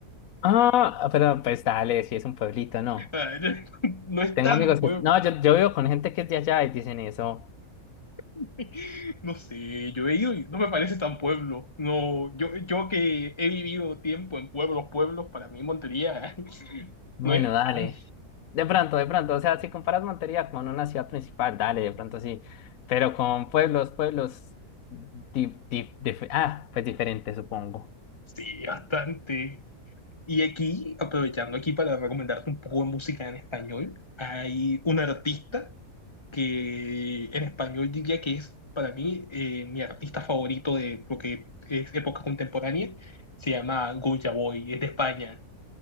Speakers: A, on the left (about 65°); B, on the left (about 20°).
A: Ah, pero pues dale, si es un pueblito, no.
B: <laughs> No es
A: Tengo
B: tan
A: amigos
B: un pueblo.
A: que... No, yo, yo vivo con gente que es de allá y dicen eso.
B: <laughs> No sé, yo he ido y no me parece tan pueblo. No, yo, yo que he vivido tiempo en pueblos, pueblos, para mí Montería <laughs>
A: Bueno,
B: no es
A: dale.
B: tan,
A: De pronto, de pronto, o sea, si comparas Montería con una ciudad principal, dale, de pronto sí, pero con pueblos, pueblos, di- di- dif- ah, pues diferente, supongo.
B: sí, bastante. Y aquí, aprovechando aquí para recomendarte un poco de música en español, hay un artista que en español diría que es para mí eh, mi artista favorito de lo que es época contemporánea. Se llama Goya Boy, es de España.